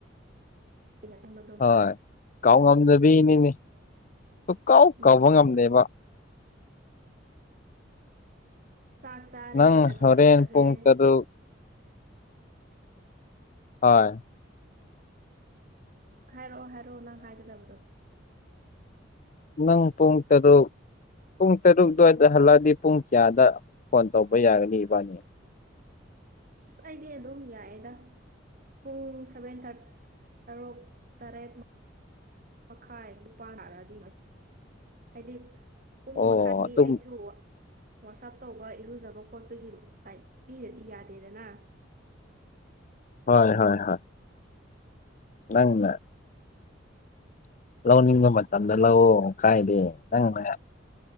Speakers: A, on the right; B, on the left.
A: <unintelligible> ꯌꯟꯁꯤꯟꯕꯗꯣ
B: ꯍꯣꯏ ꯀꯥꯎ ꯉꯝꯗꯕꯤꯅꯤꯅꯦ ꯁꯨꯀꯥꯎ
A: ꯎꯝ
B: ꯀꯥꯎꯕ ꯉꯝꯗꯦꯕ꯫
A: ꯆꯥꯛ ꯆꯥꯔꯦ
B: ꯅꯪ
A: ꯀꯗꯤꯗ
B: ꯍꯣꯔꯦꯟ
A: ꯆꯠꯂꯦ꯫
B: ꯄꯨꯡ ꯇꯔꯨꯛ ꯍꯣꯏ
A: ꯍꯥꯏꯔꯛꯑꯣ ꯍꯥꯏꯔꯛꯑꯣ ꯅꯪ ꯍꯥꯏꯒꯗꯕꯗꯣ꯫
B: ꯅꯪ ꯄꯨꯡ ꯇꯔꯨꯛ ꯄꯨꯡ ꯇꯔꯨꯛ ꯑꯗꯨꯋꯥꯏꯗ ꯍꯜꯂꯛꯑꯗꯤ ꯄꯨꯡ ꯀꯌꯥꯗ ꯐꯣꯟ ꯇꯧꯕ ꯌꯥꯒꯅꯤ ꯏꯕꯥꯅꯤ꯫
A: ꯑꯁ ꯑꯩꯗꯤ ꯑꯗꯨꯝ ꯌꯥꯏꯑꯦꯗ꯫ ꯄꯨꯡ ꯁꯚꯦꯟ ꯊꯥꯔꯠ ꯇꯔꯨꯛ ꯇꯔꯦꯠ ꯃ ꯃꯈꯥꯏ ꯅꯤꯄꯥꯥꯟ ꯇꯥꯔꯗꯤ ꯍꯥꯏꯗꯤ꯫ ꯄꯨꯡ
B: ꯑꯣ
A: ꯃꯈꯥꯗꯤ
B: ꯑꯗꯨꯝ
A: ꯑꯩꯁꯨ ꯋꯥꯁꯞ ꯇꯧꯕ ꯏꯔꯨꯖꯕ ꯈꯣꯠꯄꯒꯤ ꯇꯥꯏ ꯄꯤꯔꯗꯤ ꯌꯥꯗꯦꯗꯅ꯫
B: ꯍꯣꯏ ꯍꯣꯏ ꯍꯣꯏ ꯅꯪꯅ ꯂꯧꯅꯤꯡꯕ ꯃꯇꯝꯗ ꯂꯧꯑꯣ ꯀꯥꯏꯗꯦ ꯅꯪꯅ꯫